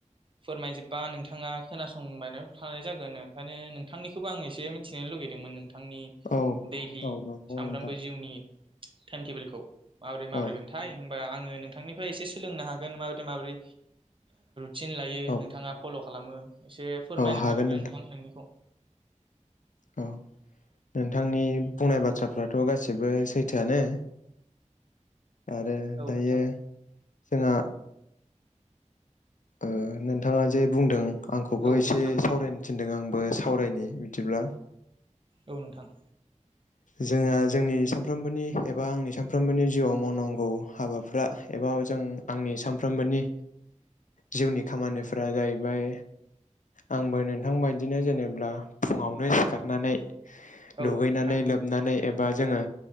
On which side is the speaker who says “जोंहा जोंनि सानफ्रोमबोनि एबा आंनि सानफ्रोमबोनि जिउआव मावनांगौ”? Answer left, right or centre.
Left